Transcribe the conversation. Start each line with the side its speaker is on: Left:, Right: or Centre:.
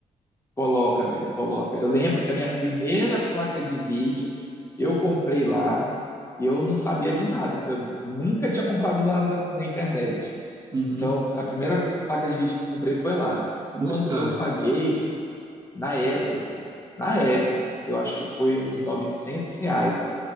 Left: Coloca, velho, coloca. Eu lembro que a minha primeira placa de vídeo eu comprei lá e eu não sabia de nada. então Eu nunca tinha comprado nada na internet.
Right: Uhum.
Left: Então, a primeira placa de vídeo que eu comprei foi lá.
Right: Muito
Left: Quando
Right: caro.
Left: eu paguei, na época, na época, eu acho que foi uns 900 reais